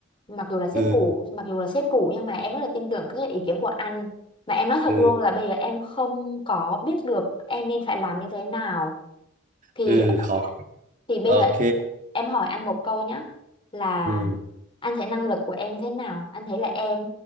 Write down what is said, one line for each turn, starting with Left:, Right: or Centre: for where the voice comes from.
Left: mặc dù là sếp
Right: ừ
Left: cũ mặc dù là sếp cũ nhưng mà em rất là tin tưởng các ý kiến của anh mà em nói thật
Right: ừ
Left: luôn là bây giờ em không có biết được em nên phải làm như thế nào thì
Right: ừ khó
Left: Thì bây
Right: ok
Left: giờ em hỏi anh một câu nhé là
Right: ừ
Left: anh thấy năng lực của em thế nào? Anh thấy là em